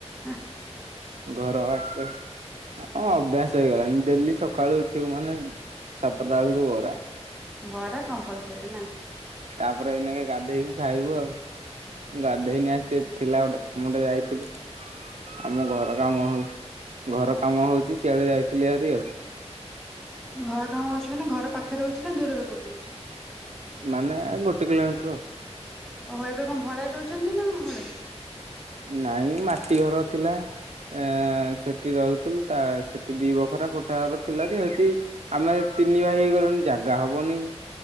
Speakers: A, in the centre; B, on the right (about 75°).
A: ଆ
B: ଘର ଆସ। ଆ ଅଭ୍ୟାସ ହେଇଗଲାଣି ଡେଲି ସକାଳୁ ଉଠୁଉ ମାନେ ସାତଟା ଏଳକୁ ବରା।
A: ବରା କମ୍ପଲସରୀ ନା।
B: ତାପରେ ଏନାକେ ଗାଧୋଇକି ଖାଇବୁ ଆଉ ଗାଧେଇନି ଆଜି ଟିକେ ଥିଲା ଗୋଟେ କାମଟେ ଯାଇଥିଲି। ଆମ ଘର କାମ ହଉ ଘର କାମ ହଉଚି ସିଆଡେ ଯାଇଥିଲି ହେରି ଆଉ।
A: ଘର କାମ ହଉଚି ମାନେ ଘର ପାଖରେ ହଉଚି ନା ଦୂରରେ କୋଉଠି ହଉଚି।
B: ମାନେ ଗୋଟେ କିଲୋମିଟର।
A: ଓହୋ ଏବେ କଣ ଭଡା ରହୁଚନ୍ତି ନା ଘରେ
B: ନାଇଁ ମାଟି ଘର ଥିଲା ଏଁ ଏଁ ସେଠି ରହୁଥୁଲ ତା ସେଠି ଦି ବଖରା କୋଠାଘର ଥିଲା ଯେ ସେଠି ଆମେ ତିନି ଭାଇ ହେଇ ଗଲୁଣି ଜାଗା ହବନି।